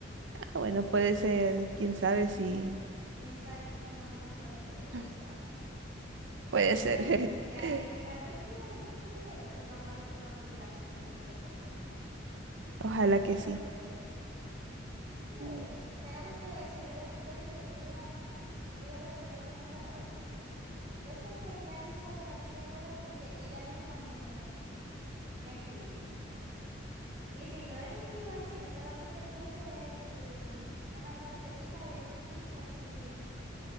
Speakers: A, on the right; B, on the right.
A: Ah, bueno, puede ser. Quién sabe si.
B: ¿Quién, quién sabe que encontramos una sorpresa?
A: <laughs> Puede
B: Y,
A: ser.
B: ahí- y alguien
A: <laughs>
B: diga, yo quiero, yo quiero, y no vaya por obligación, por acompañar, ¿no?
A: Ojalá
B: solo
A: que sí.
B: por eso. Sí,
A: Mm.
B: tenemos que decirlo. Yo, yo dije, voy a, voy a ver, voy a preguntar a ver quién la quiere ver. Yo sé que ya Elizabeth la quiere ver porque ella misma me, me escribió. Y sin yo decir que iba al cine, solamente puse el- una partecita de Stitch así,